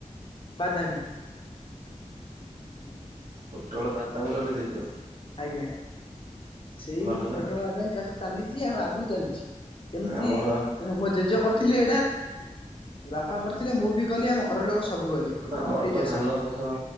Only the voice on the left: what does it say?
ବାଦାମୀ। ଆଜ୍ଞା।
ଆଜ୍ଞା ସେଇ
ପୋଟଳ ବାଦାମୀ ଚାଷ ଚାଲିଛି ଆଉ ଆଗକୁ ଚାଲିଛି। ଏମିତି
ମୋ ଜେଜେ କରିଥିଲେ ଏଇଟା ବାପା କରିଥିଲେ ମୁଁ ବି କଲି ଆମ ଘରର ଲୋକ ସବୁ କଲେ।
ସେଇ
ଚାଷ